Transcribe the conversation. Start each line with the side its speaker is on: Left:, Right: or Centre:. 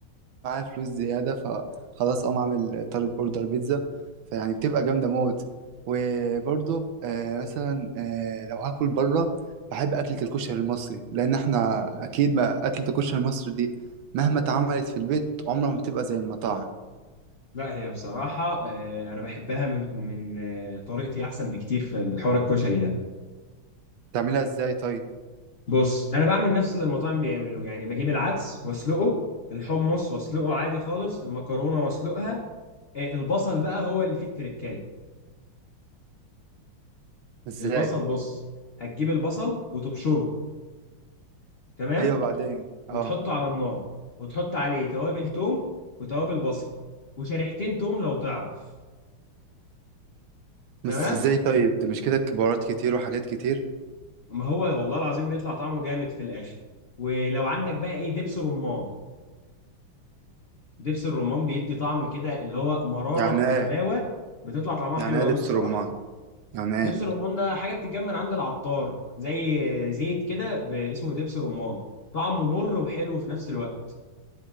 Right: معايا فلوس زياده فخلاص اقوم اعمل طالب اوردر بيتزا فيعني بتبقى جامده موت وبرضه آه، مثلا آه، لو هاكل بره بحب اكله الكشري المصري لان احنا اكيد ما اكله الكشري المصري دي مهما اتعملت في البيت عمرها ما بتبقى زي المطاعم
Left: لا هي بصراحة آه، أنا بحبها من من آه، طريقتي أحسن بكتير في الحوار الكشري ده
Right: تعملها ازاي طيب
Left: بص أنا بعمل نفس اللي المطاعم بيعملوه يعني بجيب العدس وأسلقه الحمص وأسلقه عادي خالص المكرونة وأسلقها آه، البصل بقى هو اللي فيه التركاية
Right: ازاي
Left: البصل بص هتجيب البصل وتبشره تمام
Right: ايوه بعدين
Left: وتحطه
Right: اه
Left: على النار وتحط عليه توابل توم وتوابل بصل وشريحتين توم لو تعرف تمام
Right: بس ازاي طيب ده مش كده بهارات كتير وحاجات كتير
Left: ما هو والله العظيم بيطلع طعمه جامد في الآخر ولو عندك بقى إيه دبس رمان دبس الرمان بيدي طعم كده اللي هو مرارة
Right: يعني
Left: في
Right: ايه
Left: حلاوة بتطلع طعمها
Right: يعني
Left: حلو
Right: ايه
Left: قوي
Right: دبس
Left: بصراحة
Right: رمان يعني ايه
Left: دبس الرمان ده حاجة بتتجمع من عند العطار زي زيت كده ب- اسمه دبس رمان طعمه مر وحلو في نفس الوقت